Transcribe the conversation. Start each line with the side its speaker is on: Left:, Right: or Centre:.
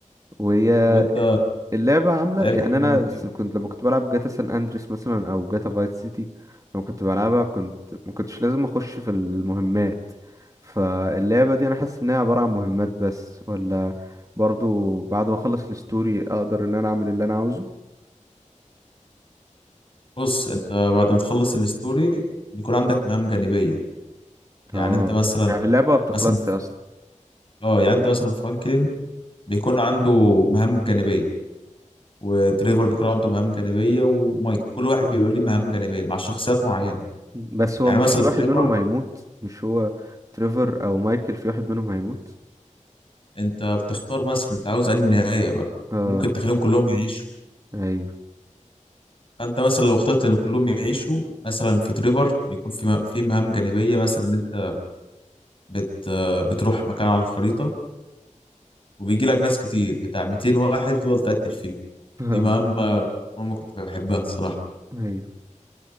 Right: وهي
Left: لو أنت
Right: اللعبة عاملة
Left: لعبت
Right: يعني
Left: كوميونيتي-
Right: انا س- كنت لما كنت بلعب جاتا سان اندريس مثلا او جاتا فايت سيتي لما كنت بلعبها كنت ما كنتش لازم اخش في المهمات فاللعبة دي انا حاسس انها عبارة عن مهمات بس ولا برضو بعد ما اخلص الستوري اقدر ان انا اعمل اللي انا عاوزه
Left: بص أنت بعد ما تخلص الستوري بيكون عندك مهام جانبية يعني
Right: اه
Left: أنت مثلا
Right: يعني اللعبة ما بتخلصش
Left: مثلا
Right: اصلا
Left: اه يعني أنت مثلا فرانكلين بيكون عنده مهام جانبية وتريفر بيكون عنده مهام جانبية ومايك كل واحد بيبقى ليه مهام جانبية مع شخصيات معينة
Right: بس هو
Left: يعني
Right: مش
Left: مثلا
Right: في واحد
Left: تريفر
Right: منهم هيموت مش هو تريفر او مايكل في واحد منهم هيموت
Left: أنت بتختار مثلا أنت عاوز أنهي نهاية بقى
Right: اه
Left: ممكن تخليهم كلهم يعيشوا
Right: ايوه
Left: انت مثلا لو اخترت ان كلهم يعيشوا مثلا في تريفر بيكون في م- في مهام جانبيه مثلا ان انت بت بتروح مكان على الخريطه وبيجي لك ناس كتير بتاع 200 واحد تفضل تقتل فيهم
Right: <laughs>
Left: دي مهمه اكتر مهمه كنت بحبها صراحه
Right: ايوه